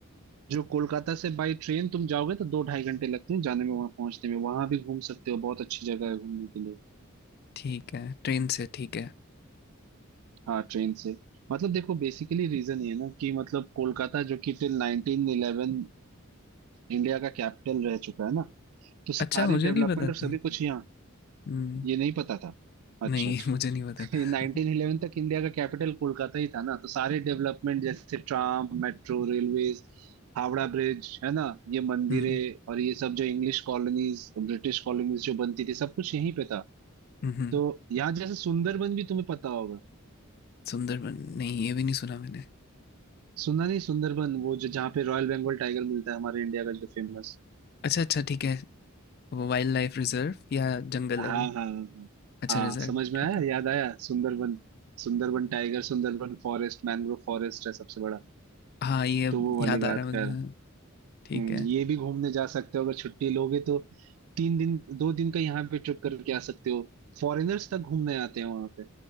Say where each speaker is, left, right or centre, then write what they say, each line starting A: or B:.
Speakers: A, on the right; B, on the left.
A: जो कोलकाता से बाई ट्रेन तुम जाओगे तो दो ढाई घंटे लगते हैं जाने में वहां पहुंचने में वहां भी घूम सकते हो बहुत अच्छी जगह है घूमने के लिए
B: ठीक है ट्रेन से ठीक है
A: हाँ ट्रेन से मतलब देखो बेसिकली रीजन ये है ना कि मतलब कोलकाता जो कि टिल 1911 इंडिया का कैपिटल रह चुका है ना तो सारी
B: अच्छा मुझे
A: डेवलपमेंट
B: नहीं पता
A: और
B: था
A: सभी कुछ यहाँ
B: हम्म
A: ये नहीं पता था अच्छा
B: नहीं
A: अच्छा
B: <laughs> मुझे नहीं पता था
A: नाइनटीन इलेवन
B: <laughs>
A: तक इंडिया का कैपिटल कोलकाता ही था ना तो सारे डेवलपमेंट जैसे tram metro railways Howrah bridge है ना ये मंदिरें
B: हम्म
A: और ये सब जो इंग्लिश कॉलोनीज ब्रिटिश कॉलोनीज जो बनती थी सब कुछ यहीं पे था
B: हम्म
A: तो यहाँ जैसे सुंदरबन भी तुम्हें पता होगा
B: सुंदरबन नहीं ये भी नहीं सुना मैंने
A: सुना नहीं सुंदरबन वो जो जहाँ पे रॉयल बंगाल टाइगर मिलता है हमारे इंडिया का जो फेमस
B: अच्छा अच्छा ठीक है वो वाइल्ड लाइफ रिजर्व या जंगल
A: हाँ
B: है वो
A: हाँ हाँ हाँ
B: अच्छा रिजर्व
A: हाँ, समझ में
B: ठीक
A: आया
B: है
A: याद आया Sundarban Sundarban tiger Sundarban forest mangrove forest है सबसे बड़ा
B: हाँ ये अब
A: तो वो
B: याद
A: वाली बात
B: आ रहा है मुझे
A: कर
B: हाँ, ठीक
A: हम्म,
B: है
A: ये भी घूमने जा सकते हो अगर छुट्टी लोगे तो तीन दिन दो दिन का यहाँ पे ट्रिप करके आ सकते हो फॉरेनर्स तक घूमने आते हैं वहां पे